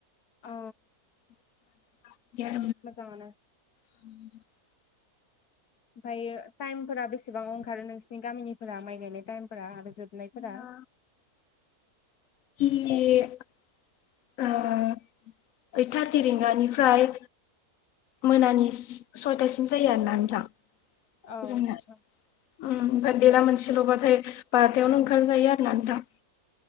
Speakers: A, on the left; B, on the left.
A: अ
B: <unintelligible>
A: मोजांङानो
B: <unintelligible>
A: ओमफायो टाइमफोरा बेसेबां ओंखारो नोंसिनि गामिनिफोरा माइ गायनाय टाइमफोरा आरो जोबनायफोरा
B: ना <unintelligible> ओ ओइट थारटि रिंगानिफ्राय मोनानि सयथासिम जायो आरोना नोंथां
A: औ
B: जोंना
A: आतसा
B: ओमफ्राय बेला मोनसेल'बाथाय बार'थायावनो ओंखाम जायो आरो ना नोंथां